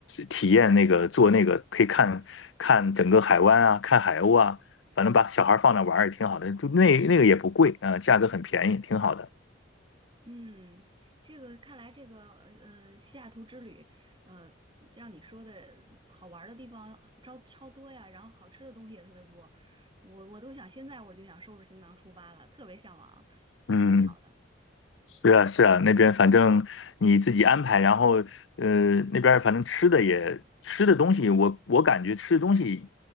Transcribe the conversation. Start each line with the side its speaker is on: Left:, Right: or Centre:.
Left: 体验那个做那个可以看看整个海湾啊，看海鸥啊，反正把小孩放那玩儿也挺好的，就那那个也不贵啊，价格很便宜，挺好的。
Right: 嗯，这个看来这个呃西雅图之旅，呃，让你说的好玩儿的地方超超多呀，然后好吃的东西也特别多，我我都想现在我就想收拾行囊出发了，特别向往啊，
Left: 嗯，
Right: 太好了。
Left: 是啊，是啊，那边反正你自己安排，然后呃，那边反正吃的也吃的东西，我我感觉吃的东西